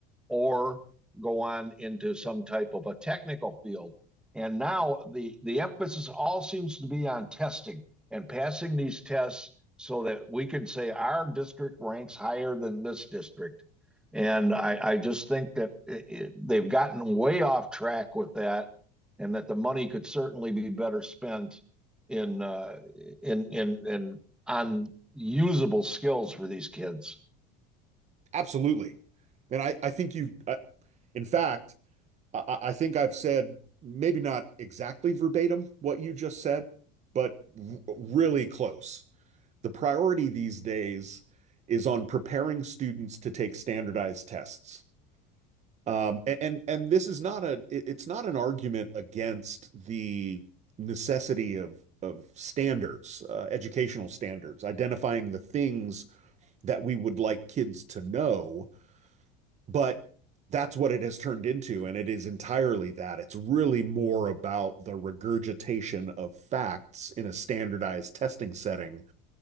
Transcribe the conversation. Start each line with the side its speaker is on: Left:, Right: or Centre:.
Centre: or go on into some type of a technical field. And now the the emphasis all seems to be on testing and passing these tests so that we can say our district ranks higher than this district. And I, I just think that it, it, they've gotten way off track with that, and that the money could certainly be better spent in uh, in in in on usable skills for these kids.
Right: Absolutely. And I, I think you, I, in fact, I I think I've said maybe not exactly verbatim what you just said, but r- really close. The priority these days is on preparing students to take standardized tests. Um, and and and this is not a it- it's not an argument against the necessity of of standards, uh, educational standards, identifying the things that we would like kids to know but that's what it has turned into, and it is entirely that. It's really more about the regurgitation of facts in a standardized testing setting